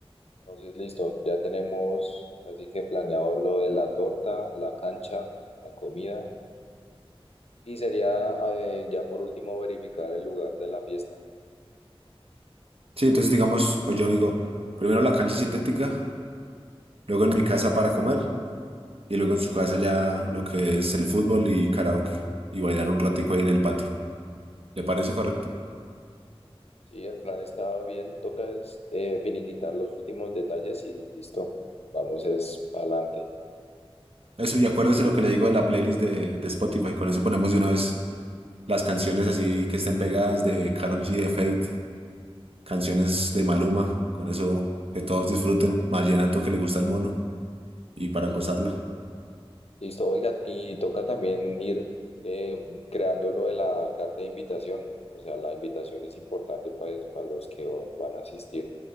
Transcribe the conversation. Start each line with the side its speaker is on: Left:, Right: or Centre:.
Left: Entonces, listo, ya tenemos casi que planeado lo de la torta, la cancha, la comida. Y sería eh, ya por último verificar el lugar de la fiesta.
Right: Sí, entonces, digamos, pues yo digo, primero la cancha sintética, luego en mi casa para comer y luego en su casa ya lo que es el fútbol y karaoke y bailar un ratico ahí en el patio. ¿Le parece correcto?
Left: Sí, el plan está bien. Toca es eh, finiquitar los últimos detalles y listo. Vamos es para adelante.
Right: Eso, y acuérdese lo que le digo de la playlist de, de Spotify. Con eso ponemos de una vez las canciones así que estén pegadas de Karol G, de Fate, canciones de Maluma. Con eso que todos disfruten. Vallenato que le gusta al mono y para gozarla.
Left: Listo, oiga, y toca también ir eh, creando lo de la carta de invitación. O sea, la invitación es importante para los que oh, van a asistir,